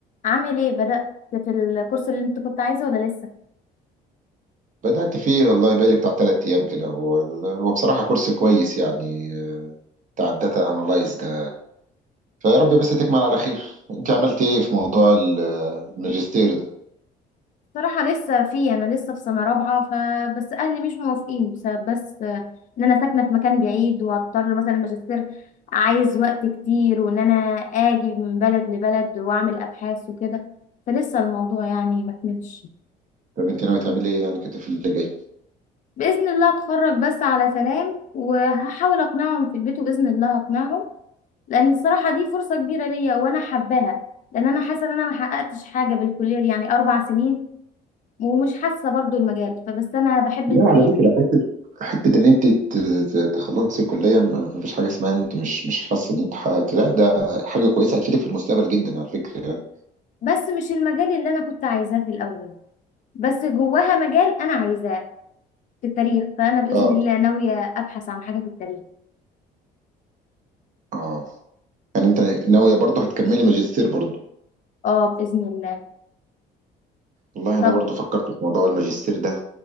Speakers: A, on the left (about 50°); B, on the right (about 50°).
A: عامل ايه بدأت في الكورس اللي انت كنت عايزه ولا لسه
B: بدأت فيه والله بقالي بتاع تلات أيام كده هو هو بصراحة كورس كويس يعني بتاع الداتا أنالايز ده فيا رب بس تكمل على خير أنت عملت إيه في موضوع ال- الماجستير ده
A: صراحة لسه فيه انا لسه في سنة رابعة فبس اهلي مش موافقين بسبب بس آه، ان انا ساكنة في مكان بعيد وهضطر مثلا الماجستير عايز وقت كتير وان انا اجي من بلد لبلد واعمل ابحاث وكده فلسه الموضوع يعني ما كملش
B: طب أنت ناوي تعملي إيه يعني كده في اللي جاي
A: بإذن الله اتخرج بس على سلام وهحاول اقنعهم في البيت وبإذن الله اقنعهم لان الصراحة دي فرصة كبيرة ليا وانا حباها لان انا حاسة ان انا ما حققتش حاجة بالكلية دي يعني اربع سنين ومش حاسة برضو المجال فبس أنا بحب
B: لا
A: التاريخ
B: على فكرة حتة حتة إن أنت ت- ت- تخلصي الكلية م- مفيش حاجة اسمها إن أنت مش مش حاسة إن أنت حققت لا ده حاجة كويسة هتفيدك في المستقبل جدا على فكرة يعني
A: بس مش المجال اللي أنا كنت عايزاه في الأول بس جواها مجال أنا عايزاه في التاريخ فأنا بإذن
B: اه
A: الله ناوية أبحث عن حاجة في التاريخ
B: آه يعني أنت ناوية برضه هتكملي ماجستير برضه
A: اه بإذن الله
B: والله
A: طب
B: أنا برضه فكرت في موضوع الماجستير ده